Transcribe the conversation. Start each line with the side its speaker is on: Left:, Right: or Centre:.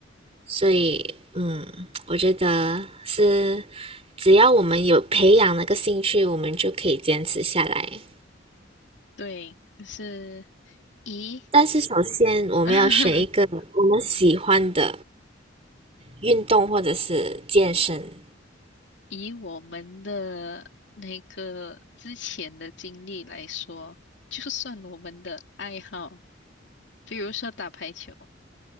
Right: 所以，嗯，我觉得是，只要我们有培养那个兴趣，我们就可以坚持下来。
Left: 对，就是。以
Right: 但是首先我们要选一个我们喜欢的
Left: <laughs>
Right: 运动或者是健身。
Left: 以我们的那个之前的经历来说，就算我们的爱好，比如说打排球，